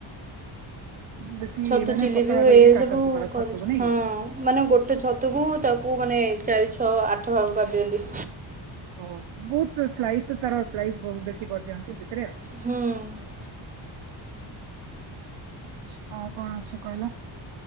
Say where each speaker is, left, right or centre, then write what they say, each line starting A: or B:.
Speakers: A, on the right; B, on the right.
A: ବେଶୀ
B: ଛତୁ
A: ମାନେ
B: ଚିଲି
A: ପତଳା
B: ବି ହୁଏ,
A: କରିକି
B: ଏ
A: କାଟନ୍ତି
B: ସବୁ
A: ପରା
B: କରିଛି,
A: ଛତୁକୁ ନାଇଁ
B: ହଁ
A: କି
B: ମାନେ ଗୋଟେ ଛତ ତୁକୁ ତାକୁ ମାନେ ଚାରି, ଛଅ, ଆଠ ଭାଗ କରିଦିଅନ୍ତି।
A: ଓହୋ, ବହୁତ ସ୍ଲାଇସ୍ ତାର ସ୍ଲାଇସ୍ ବହୁତ ବେଶୀ କରିଦିଅନ୍ତି ସେଥିରେ ଆଉ।
B: ହୁଁ।
A: ଆଚ୍ଛା ଆଉ କଣ ଅଛି କହିଲ?